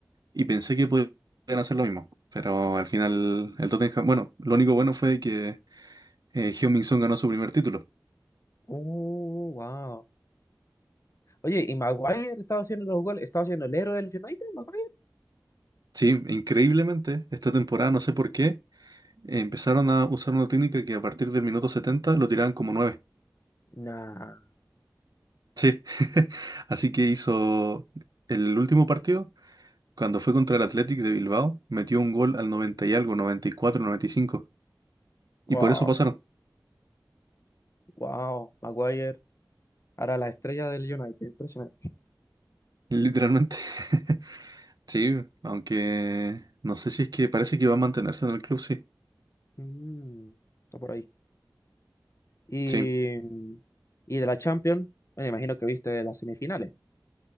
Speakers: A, on the right; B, on the left.
A: Y pensé que podían hacer lo mismo. Pero al final, el Tottenham. Bueno, lo único bueno fue que eh, Heung-min Son ganó su primer título.
B: Uh, wow. Oye, ¿y Maguire estaba haciendo los goles? ¿Estaba haciendo el héroe del United, Maguire?
A: Sí, increíblemente, esta temporada, no sé por qué, eh, empezaron a usar una técnica que a partir del minuto 70 lo tiraban como nueve,
B: Nah.
A: Sí. <laughs> Así que hizo el último partido. Cuando fue contra el Athletic de Bilbao, metió un gol al 90 y algo, 94, 95.
B: Wow,
A: Y por eso pasaron,
B: wow, Maguire. Ahora la estrella del United, impresionante.
A: literalmente. <laughs> Sí, aunque no sé si es que parece que va a mantenerse en el club, sí.
B: Mm, está por ahí. Y,
A: Sí,
B: mm, y de la Champions, bueno, imagino que viste las semifinales.